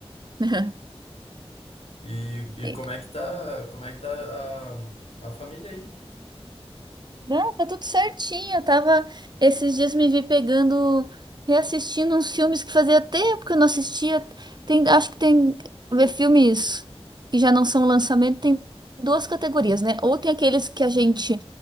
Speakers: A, on the right; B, on the left.
A: <laughs>
B: E, e
A: E
B: como é que tá, como é que tá a, a família aí?
A: Não, tá tudo certinho. Eu tava, esses dias me vi pegando, reassistindo uns filmes que fazia tempo que eu não assistia. Tem, acho que tem ver filmes que já não são lançamento, tem duas categorias, né? Ou tem aqueles que a gente